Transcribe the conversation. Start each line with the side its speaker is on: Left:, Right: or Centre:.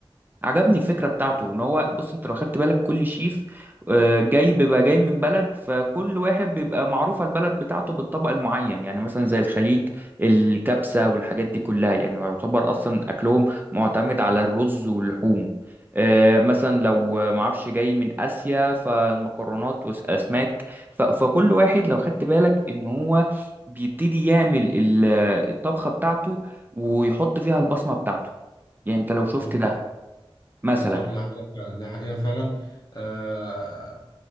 Right: عجبني الفكرة بتاعته ان هو بص انت لو خدت بالك كل شيف آه، جاي بيبقى جاي من بلد فكل واحد بيبقى معروفة البلد بتاعته بالطبق المعين يعني مثلا زي الخليج الكبسة والحاجات دي كلها يعني يعتبر اصلا اكلهم معتمد على الرز واللحوم آه، مثلا لو آه، معرفش جاي من اسيا فالمكرونات والاسماك ف- فكل واحد لو خدت بالك ان هو بيبتدي يعمل ال- الطبخة بتاعته ويحط فيها البصمة بتاعته يعني انت لو شفت
Left: بالظبط
Right: ده مثلا
Left: بالظبط ده حقيقه فعلا ده حقيقه فعلا آه